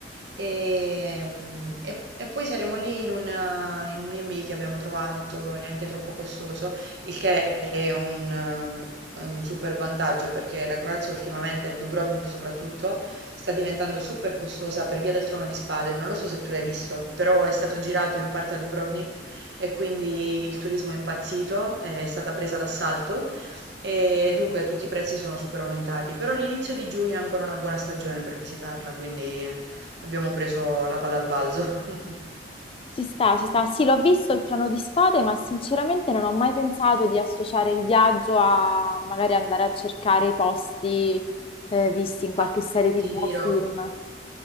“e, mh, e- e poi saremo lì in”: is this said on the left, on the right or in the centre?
Right